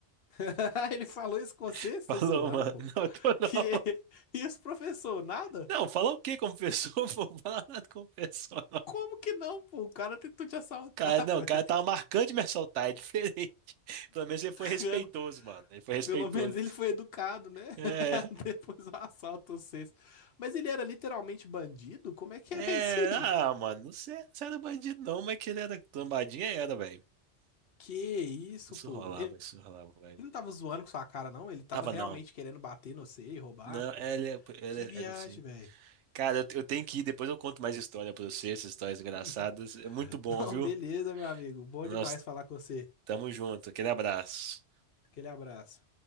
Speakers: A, on the left; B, on the right.
A: <laughs> Ele falou isso com você?
B: <laughs>
A: Você
B: Falou,
A: tá zoando,
B: mano,
A: pô. <laughs>
B: não, tô não.
A: Que?
B: <laughs>
A: e os professor, nada?
B: Não, falar o quê como pessoa? <laughs> Não vou falar nada como pessoa, não.
A: Como que não, pô? O cara tentou te assaltar,
B: Cara, não,
A: <laughs> velho.
B: o cara tava marcando de me assaltar, é diferente. <laughs> Pelo menos ele foi respeitoso,
A: Cano.
B: mano. Ele foi respeitoso.
A: Pelo menos ele foi educado, né?
B: É,
A: <laughs> Depois do assalto vocês. Mas ele era literalmente bandido? Como é que
B: é,
A: era isso aí?
B: ah, mano, não sei, não era bandido não, mas que ele era trombadinha, era, velho.
A: Que isso,
B: Isso
A: pô?
B: rolava, isso rolava, velho.
A: Ele não tava zoando com sua cara, não. Ele tava
B: Tava
A: realmente
B: não.
A: querendo bater no você e roubar,
B: Não,
A: pô.
B: ele, ele
A: Que viagem,
B: era assim.
A: velho.
B: Cara, eu, eu tenho que ir, depois eu conto mais história pra você, essas histórias engraçadas.
A: <laughs>
B: É muito bom,
A: Não,
B: viu?
A: beleza, meu amigo. Bom
B: Nós
A: demais falar com você.
B: tamo junto. Aquele abraço.
A: Aquele abraço.